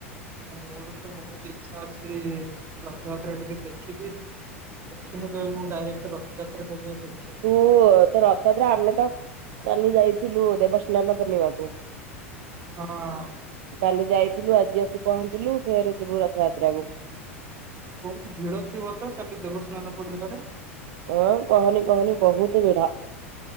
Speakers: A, on the right (about 30°); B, on the right (about 55°).
A: ମୋର ତ ବହୁତ ଇଚ୍ଛା ଅଛି ରଥଯାତ୍ରା ଟିକେ ଦେଖିବି ଦେଖିନି କେବେ ମୁଁ ଡାଇରେକ୍ଟ ରଥଯାତ୍ରା କେବେବି।
B: ତୁ ତ ରଥଯାତ୍ରା ଆମେ ତ କାଲି ଯାଇଥିଲୁ ଦେବସ୍ନାନ ପୁର୍ଣ୍ଣିମା କୁ।
A: ହଁ।
B: କାଲି ଯାଇଥିଲୁ ଆଜି ଆସି ପହଞ୍ଚିଲୁ ଫେରେ ଯିବୁ ରଥଯାତ୍ରା କୁ।
A: ଆରେ ବହୁତ ଭିଡ ଥିବ ତ କାଲି ଦେବସ୍ନାନ ପୂର୍ଣ୍ଣିମା ରେ।
B: ହଁ କହନି କହନି ବହୁତ ଭିଡା।